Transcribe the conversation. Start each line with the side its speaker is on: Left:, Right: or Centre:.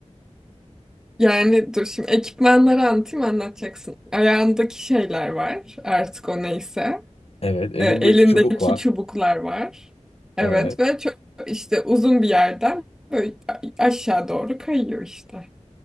Centre: Yani dur şimdi ekipmanları anlatayım anlatacaksın. Ayağındaki şeyler var artık o neyse.
Left: Evet, elinde
Centre: E, elindeki
Left: iki çubuk var.
Centre: çubuklar var. Evet
Left: Evet.
Centre: ve çok işte uzun bir yerden böyle aşağı doğru kayıyor işte.